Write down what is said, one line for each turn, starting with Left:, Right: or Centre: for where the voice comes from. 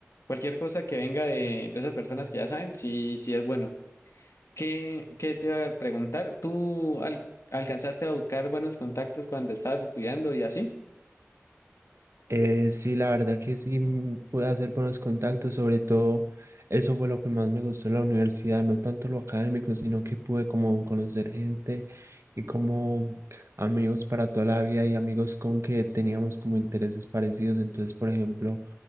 Left: Cualquier cosa que venga de, de esas personas que ya saben, sí, sí es bueno. ¿Qué, qué te iba a preguntar? ¿Tú al- alcanzaste a buscar buenos contactos cuando estabas estudiando y así?
Right: Eh, sí, la verdad que sí mm, pude hacer buenos contactos, sobre todo eso fue lo que más me gustó en la universidad, no tanto lo académico, sino que pude como conocer gente y como amigos para toda la vida y amigos con que teníamos como intereses parecidos. Entonces, por ejemplo,